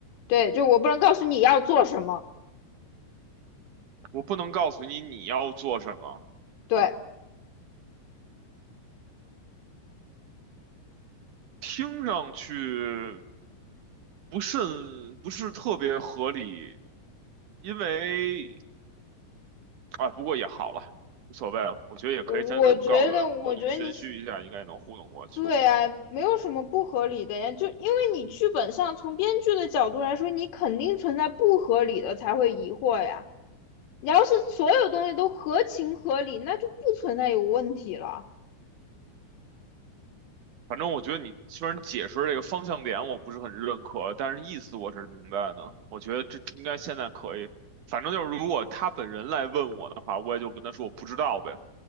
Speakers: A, on the left (about 80°); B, on the right (about 75°).
A: 对，就我不能告诉你要做什么。
B: 我不能告诉你你要做什么，
A: 对，
B: 听上去不甚不是特别合理，因为啊，不过也好了，无所谓了，我觉得也可以先这么告诉他，
A: 我我觉得，我觉得你
B: 糊弄玄虚一下，应该能糊弄过去。
A: 对啊，没有什么不合理的呀。就因为你剧本上从编剧的角度来说，你肯定存在不合理的才会疑惑呀。你要是所有东西都合情合理，那就不存在有问题了。
B: 反正我觉得你虽然解释这个方向点我不是很认可，但是意思我是明白的。我觉得这应该现在可以。反正就是如果他本人来问我的话，我也就跟他说我不知道呗。